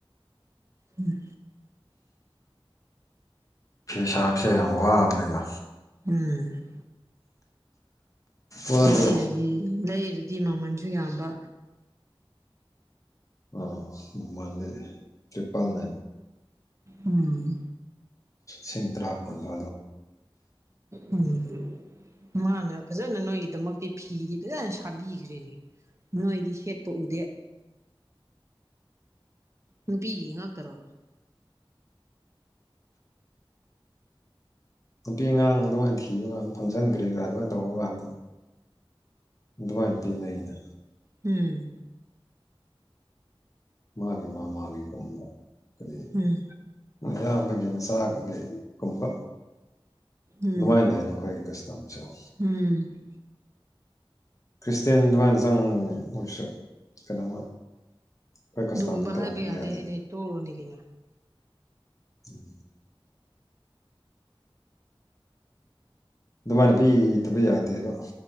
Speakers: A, on the right (about 30°); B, on the left (about 35°).
A: ꯎꯝ
B: ꯐꯤ ꯁꯥꯕꯁꯦ ꯌꯥꯝ ꯋꯥꯕꯅꯦꯗ
A: ꯎꯝ
B: ꯋꯥꯗ꯭ꯔꯣ
A: ꯂꯩꯔꯗꯤ ꯂꯩꯔꯗꯤ ꯃꯃꯟꯁꯨ ꯌꯥꯝꯕ
B: ꯑꯥ ꯃꯥꯅꯤ ꯇꯔꯤꯄꯜ ꯅꯥꯏꯟ
A: ꯎꯝ
B: ꯁꯤꯡ ꯇꯔꯥ ꯀꯨꯟ <unintelligible>
A: ꯎꯝ ꯃꯥꯅ ꯐꯖꯅ ꯅꯣꯏꯒꯤꯗꯃꯛꯇꯤ ꯐꯤꯗꯤ ꯐꯖꯟ ꯁꯥꯕꯤꯈ꯭ꯔꯦꯅꯦ ꯅꯣꯏꯗꯤ ꯁꯦꯠꯄ ꯎꯗꯦ ꯅꯨꯄꯤꯒꯤ ꯉꯥꯛꯇꯥꯔꯣ
B: ꯅꯨꯄꯤ ꯑꯉꯥꯡ ꯑꯗꯨꯃꯥꯏꯅ ꯊꯤꯕ ꯀꯥꯟꯗ ꯐꯪꯁꯟ ꯀꯔꯤ ꯀꯥꯔꯥ ꯑꯗꯨꯃꯥꯏꯟ ꯇꯧꯕ ꯀꯥꯟꯗ ꯑꯗꯨꯃꯥꯏꯅ ꯄꯤꯅꯩꯅ
A: ꯎꯝ
B: ꯃꯥꯒꯤ ꯃꯥ ꯃꯥꯒꯤ ꯀꯨꯝꯕ ꯀꯔꯤ
A: ꯎꯝ
B: ꯃꯌꯥꯝꯕꯒꯤ ꯃꯆꯥꯒꯤ ꯒꯨꯝꯕ
A: ꯎꯝ
B: ꯗꯨꯃꯥꯏꯅ ꯂꯩꯅ ꯑꯈꯣꯏꯒꯤ ꯀꯁ ꯇꯝꯆꯧ
A: ꯎꯝ
B: ꯈ꯭ꯔꯤꯁꯇꯦꯟꯗꯨꯃꯥꯏꯅ ꯆꯪ ꯑꯣꯏꯁꯨ ꯀꯩꯅꯣꯝꯃ ꯈꯣꯏ ꯀꯁꯇꯝꯗꯤ
A: ꯑꯗꯨꯒꯨꯝꯕ
B: ꯇꯧꯗꯕ
A: ꯍꯥꯏꯕ
B: ꯌꯥꯗꯦ
A: ꯍꯥꯏꯗꯤ ꯇꯣꯛꯔꯣꯅꯦ ꯀꯩꯅꯣ
B: ꯎꯝ ꯑꯗꯨꯃꯥꯏꯅ ꯄꯤꯇꯕ ꯌꯥꯗꯦꯕ